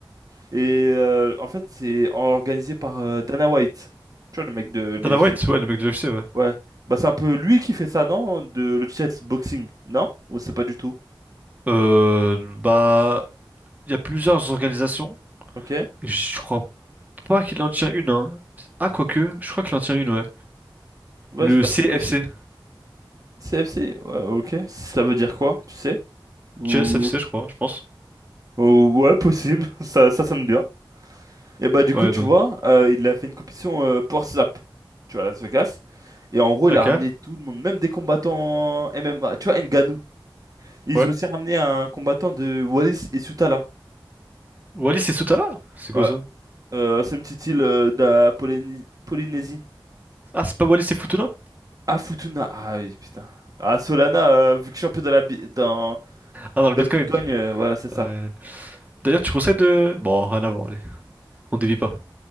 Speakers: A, on the right; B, on the right.
A: Et euh, en fait, c'est organisé par euh, Dana White, tu vois, le mec de
B: Dana
A: l'UFC.
B: White, ouais, le mec de l'UFC, ouais.
A: Ouais. Bah, c'est un peu lui qui fait ça, non? De le chess boxing, non? Ou c'est pas du tout?
B: Euh, bah, il y a plusieurs organisations.
A: Ok.
B: Je crois pas qu'il en tient une, hein. Ah, quoique, je crois qu'il en tient une, ouais.
A: Ouais,
B: Le
A: c'est bah,
B: CFC.
A: c'est possible. CFC, ouais, ok. Ça veut dire quoi, tu sais? Ou...
B: CFC, je crois, je pense.
A: ou- ouais, possible. <laughs> Ça, ça sonne bien. Et bah, du
B: Ouais,
A: coup, tu
B: donc.
A: vois, euh, il a fait une compétition euh, Power Slap, tu vois, à Las Vegas. Et en gros,
B: Ok.
A: il a ramené tout le monde, même des combattants MMA. Tu vois, Ngannou. Ils
B: Ouais.
A: ont aussi ramené un combattant de Wallis et Sutala.
B: Wallis et Soutala? C'est
A: Ouais,
B: quoi ça?
A: euh, c'est une petite île euh, de la Polyni- Polynésie.
B: Ah, c'est pas Wallis et Futuna?
A: Ah, Futuna. Ah oui, putain. Ah, Solana, euh, vu que je suis un peu dans la, bi- dans,
B: Ah, dans le
A: dans
B: Bitcoin.
A: le Bitcoin, euh, voilà, c'est ça.
B: Ouais. D'ailleurs, tu conseilles de. Bon, rien à voir, allez. On dévie pas.